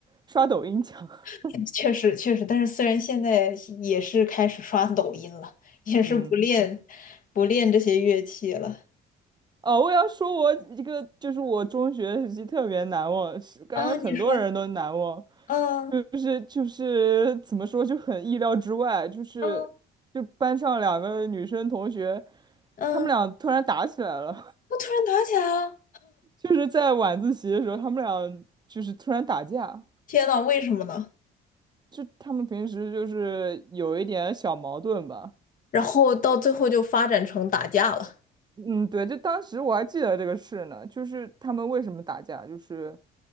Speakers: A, on the right (about 25°); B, on the left (about 50°).
A: 刷抖音强。<laughs>
B: <laughs> 确实确实，但是虽然现在也是开始刷抖音了，也是不练
A: 嗯，
B: 不练这些乐器了。
A: 哦，我要说，我一个就是我中学时期特别难忘，是感觉很多人都难忘，
B: 啊，你说，嗯
A: 就是就是怎么说就很意料之外，就是就班上两个女生同学，
B: 嗯嗯，
A: 她们俩突然打起来了，
B: 我突然打起来了。
A: <laughs> 就是在晚自习的时候，她们俩就是突然打架，
B: 天呐，为什么呢？
A: 就她们平时就是有一点小矛盾吧。
B: 然后到最后就发展成打架了。
A: 嗯，对，就当时我还记得这个事呢，就是他们为什么打架，就是，